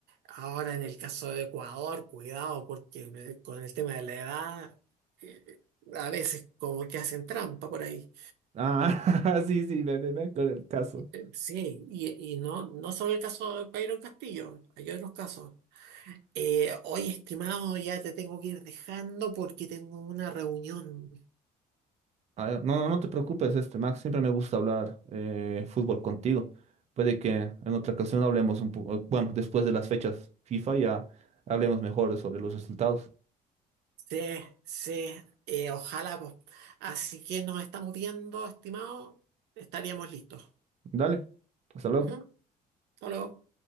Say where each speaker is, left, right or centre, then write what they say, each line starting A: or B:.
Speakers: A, on the right; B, on the right.
A: Ahora en el caso de Ecuador, cuidado, porque eh, con el tema de la edad, eh, a veces como que hacen trampa por ahí.
B: Ah, <laughs> sí, sí, me, me- me acuerdo el caso.
A: Eh, Sí, y, y no, no solo el caso de Byron Castillo, hay otros casos. Eh, oye, estimado, ya te tengo que ir dejando porque tengo una reunión.
B: Ah, no, no, no te preocupes, este, Max, siempre me gusta hablar eh, fútbol contigo. Puede que en otra ocasión hablemos un poco, bueno, después de las fechas FIFA ya hablemos mejor sobre los resultados.
A: Sí, sí, eh, ojalá, pues. Así que nos estamos viendo, estimado. Estaríamos listos.
B: Dale, hasta luego.
A: Ujú, Hasta luego.